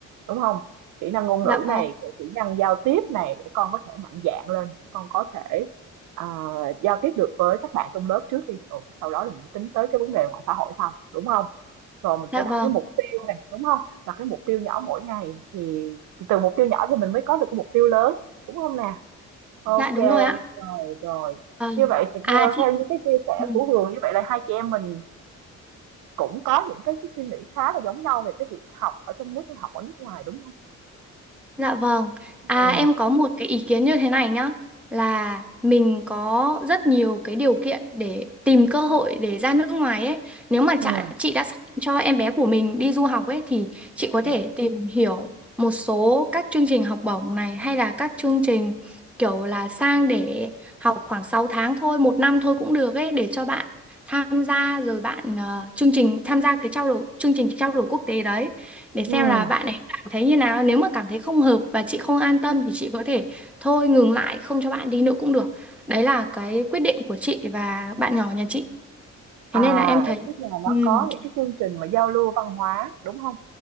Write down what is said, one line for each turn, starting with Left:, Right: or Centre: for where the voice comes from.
Right: đúng không? Kỹ năng ngôn
Centre: dạ
Right: ngữ
Centre: vâng
Right: này, cái kỹ năng giao tiếp này để con có thể mạnh dạn lên, con có thể, ờ, giao tiếp được với các bạn trong lớp trước đi, rồi sau đó là mình tính tới cái vấn đề ngoài xã hội sau, đúng không? Rồi mình
Centre: dạ
Right: sẽ đặt
Centre: vâng
Right: cái mục tiêu này đúng không? Đặt cái mục tiêu nhỏ mỗi ngày thì từ mục tiêu nhỏ thì mình mới có được cái mục tiêu lớn, đúng không nè? OK,
Centre: dạ đúng rồi ạ
Right: rồi, rồi.
Centre: vâng
Right: Như vậy thì
Centre: à
Right: theo
Centre: chị
Right: theo như cái chia sẻ
Centre: ừ.
Right: của Hường như vậy là hai chị em mình cũng có những cái cái suy nghĩ khá là giống nhau về cái việc học ở trong nước hay học ở nước ngoài, đúng không
Centre: Dạ vâng.
Right: ừ
Centre: À em có một cái ý kiến như thế này nhá, là mình có rất nhiều cái điều kiện để tìm cơ hội để ra nước ngoài ấy. Nếu mà chả-
Right: ừ
Centre: chị đã xác định cho em bé của mình đi du học ấy thì chị
Right: Ừm.
Centre: có thể tìm hiểu một số các chương trình học bổng này hay là các chương trình kiểu là sang để học khoảng 6 tháng thôi, một năm thôi cũng được ấy để cho bạn tham gia rồi bạn ờ, chương trình tham gia cái trao đổi chương trình trao đổi quốc tế đấy để xem
Right: ừm.
Centre: là bạn ấy thấy như nào nếu mà cảm thấy không hợp và chị không an tâm thì chị có thể thôi ngừng lại không cho bạn đi nữa cũng được đấy là cái quyết định của chị và bạn nhỏ nhà chị
Right: À,
Centre: thế nên là em thấy
Right: tức là nó
Centre: ừm,
Right: có những cái chương trình mà giao lưu văn hóa, đúng không